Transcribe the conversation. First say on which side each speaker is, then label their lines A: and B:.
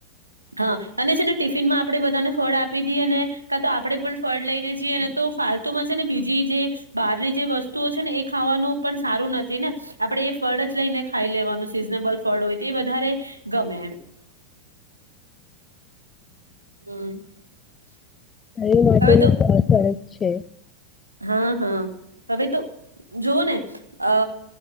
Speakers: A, on the right; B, on the left.
A: હા અને છે ને ટિફિન માં આપણે બધાને ફળ આપી દઈએ, ને કા તો આપણે પણ ફળ લઈને જીએ ને તો ફાલતુમાં છે ને બીજી જે બહારની જે વસ્તુઓ છે ને એ ખાવાનું પણ સારું નથી. ને આપડણે એ ફળ જ લઈને ખાઈ લેવાનું સિઝનેબલ ફળ હોય તો એ વધારે ગમે <inaudible>
B: એ માટે
A: હવે
B: <unintelligible>
A: તો
B: સરસ છે.
A: હા-હા હવે તો જોવો ને અ